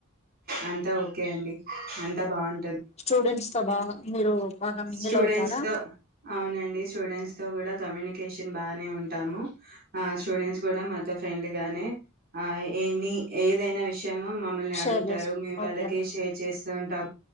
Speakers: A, on the right (about 45°); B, on the left (about 30°).
A: అ అంత ఓకే అండి అంతా బాగుం
B: స్టూడెంట్స్ తో బాగా మీరు బాగా మింగిల్
A: స్టూడెంట్స్
B: అవుతారా
A: తో అవునండి స్టూడెంట్స్ తో కూడా కమ్యూనికేషన్ బాగానే ఉంటాము ఆ స్టూడెంట్స్ కూడా మ ఫ్రెండ్ గానే ఆ ఎనీ ఏదైనా విష ము మమ్మల్ని
B: షేర్
A: అడుగుతారు
B: చేసుకో
A: మేము
B: ఓకే
A: కి షేర్ చేస్తు ఉంటా